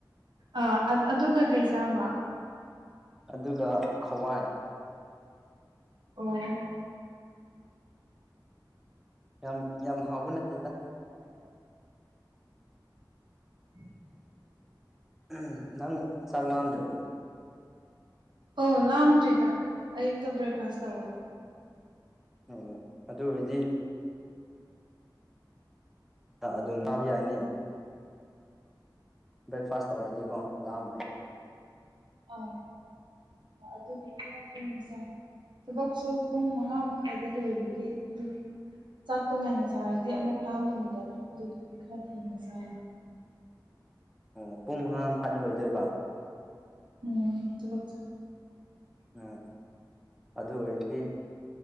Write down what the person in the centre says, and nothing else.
ꯑꯗꯨꯒ ꯍꯋꯥꯏ
ꯌꯥꯝ ꯌꯥꯝ ꯍꯥꯎꯕ ꯅꯠꯇꯦꯗ
<unintelligible> ꯅꯪ ꯆꯥꯛ ꯂꯥꯝꯗ꯭ꯔꯤꯕꯣ
ꯑꯣ ꯑꯗꯨ ꯑꯣꯏꯗꯤ ꯑꯥ ꯑꯗꯨꯝ ꯇꯥꯕꯥ ꯌꯥꯅꯤ ꯕ꯭ꯔꯦꯛꯐꯥꯁ ꯇꯧꯔꯗꯤꯀꯣ ꯂꯥꯝꯃꯣꯏ
ꯑꯣ ꯄꯨꯡ ꯃꯉꯥ ꯃꯈꯥꯏꯗ ꯂꯣꯏꯗꯣꯏꯕ
ꯎꯝ ꯑꯗꯨ ꯑꯣꯏꯔꯗꯤ